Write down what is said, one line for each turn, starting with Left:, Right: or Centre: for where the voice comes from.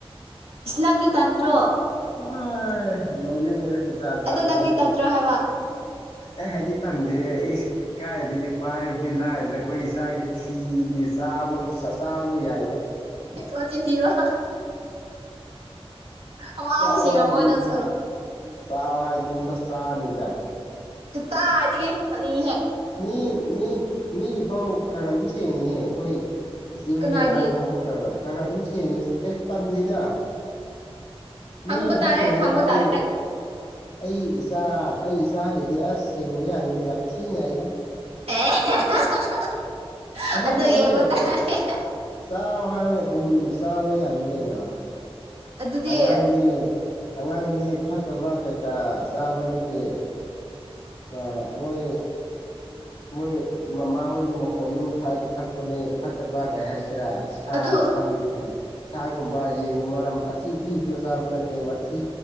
Right: ꯏꯁ ꯅꯪꯗꯤ ꯇꯟꯗ꯭ꯔꯣ
Left: ꯑ ꯅꯣꯡꯅꯦ ꯌꯥꯖꯅꯤꯗ
Right: ꯑꯗꯣ ꯅꯪꯗꯤ ꯇꯟꯗ꯭ꯔꯣ ꯍꯥꯏꯕ
Left: ꯑꯦ ꯍꯥꯏꯗꯤ ꯇꯥꯟꯗꯦꯦ ꯏ ꯀꯥꯏꯗꯒꯤ ꯄꯥꯏꯕꯨꯗꯤ ꯂꯥꯏꯗꯅ ꯑꯩꯈꯣꯏ ꯏꯆꯥꯒꯤ ꯊꯤꯗꯤ ꯆꯥꯕꯕꯨ ꯆꯥꯕꯕꯨ ꯌꯥꯏꯗ
Right: ꯃꯆꯤꯟꯕ ꯑꯋꯥꯖ
Left: ꯆꯥꯎ
Right: ꯁꯦꯡꯉꯃ
Left: ꯍꯥꯏꯔ ꯑꯗꯨꯝ
Right: ꯃꯣꯏ ꯅꯪꯁꯨ
Left: ꯆꯥꯎ ꯍꯥꯏꯃꯤꯁ ꯆꯅꯤꯗ
Right: ꯀꯈꯤꯠꯇ ꯍꯥꯏꯗꯒꯤ ꯅꯅꯤꯍꯦ
Left: ꯃꯤ ꯃꯤ ꯃꯤꯒꯤ ꯐꯥꯎ ꯈꯔ ꯈꯔ ꯑꯗꯨꯝ ꯁꯦꯡꯉꯤꯍꯦ ꯑꯩꯈꯣꯏ ꯁꯤ ꯌꯧꯒꯤ
Right: ꯀꯅꯥꯒꯤ
Left: ꯑꯉꯥꯡ ꯐꯥꯎ ꯀ ꯈꯔ ꯈꯔ ꯑꯗꯨꯝ ꯁꯦꯡꯉꯤ ꯀꯩ ꯇꯟꯗꯦꯗ ꯃꯤꯒꯤꯐꯥꯎ
Right: ꯍꯪꯕ ꯇꯥꯔꯦ
Left: ꯁꯦꯡꯕ
Right: ꯍꯪꯕ
Left: ꯌꯥꯏ ꯑꯩ
Right: ꯇꯥꯔꯦ
Left: ꯑꯩ ꯏꯆꯥ ꯑꯩ ꯆꯥꯒꯤꯗꯤ ꯑꯁ ꯁꯦꯡꯕ ꯌꯥꯅꯤꯅ ꯌꯥꯝ ꯊꯤꯌꯥꯏꯅ
Right: ꯑꯦ <unintelligible>
Left: ꯑꯍꯤꯡꯕꯅꯦ
Right: ꯑꯗꯣ ꯌꯦꯡꯕ ꯇꯥꯔꯦ
Left: ꯆꯥꯎ ꯍꯥꯏꯔ ꯗꯨꯝ ꯆꯥꯕ ꯌꯥꯅꯤ ꯀꯩꯅꯣ
Right: ꯑꯗꯨꯗꯤ
Left: ꯑꯉꯥꯡꯗꯤ ꯑꯉꯥꯡꯗꯤ ꯐꯠꯇꯕꯔ꯭ ꯀꯩꯀꯥ ꯆꯥꯕ ꯅꯠꯇꯦ ꯕꯥꯕ ꯃꯣꯏ ꯃꯣꯏ ꯃꯃꯥ ꯍꯣꯏꯒꯤ ꯃꯈꯣꯟꯗꯨꯝ ꯊꯛꯑꯒ ꯊꯛꯄꯅꯦ ꯐꯠꯇꯕ ꯀꯥꯏ ꯍꯥꯏꯁꯤ ꯔꯥ ꯁꯥ
Right: ꯑꯗꯨ
Left: ꯁꯟ ꯑꯦ ꯁꯥꯒꯨꯝꯕ ꯌꯦꯟꯒꯨꯝ ꯃꯔꯝ ꯑꯊꯤ ꯊꯤ ꯏ ꯗꯣ ꯆꯥꯕ ꯅꯠꯇꯦ ꯃꯊꯤ